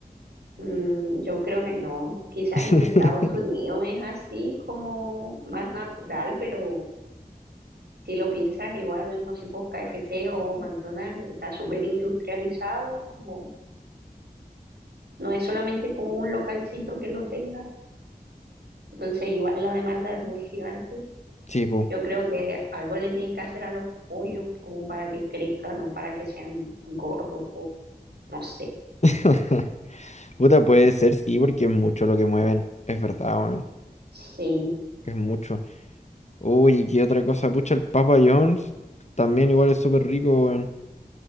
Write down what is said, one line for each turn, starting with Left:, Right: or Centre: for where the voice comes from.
Right: Mm, yo creo que no. Quizás
Left: <laughs>
Right: en Estados Unidos es así como más natural, pero si lo piensas, igual, no sé, pues K F C o McDonald's está súper industrializado, como no es solamente como un localcito que lo tenga. Entonces, igual la demanda es muy gigante.
Left: Sí, po.
Right: Yo creo que algo le tienen que hacer a los pollos como para que crezcan o para que sean gordos o no sé.
Left: <laughs> Puta, puede ser, sí, porque es mucho lo que mueven. Es verdad, weón.
Right: Sí.
Left: Es mucho. Uy, ¿y qué otra cosa? Pucha, el Papa John's también igual es súper rico, weón.